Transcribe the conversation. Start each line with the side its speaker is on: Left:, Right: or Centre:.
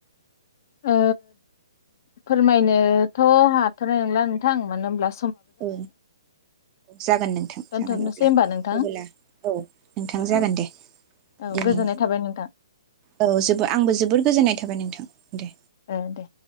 Left: ओ फोरमायनोथ' हाथ'नाय नंला नोंथां मानो होमब्ला
Right: औ जागोन नोंथां
Left: दोनथ'नोसै
Right: जागोन अब्ला
Left: होमबा नोंथां
Right: अब्ला औ नोंथां जागोन
Left: औ
Right: दे
Left: औ
Right: दिनै
Left: गोजोननाय थाबाय नोंथां
Right: औ जोबो आंबो जोबोर गोजोननाय थाबाय नोंथां। दे।
Left: ओ दे।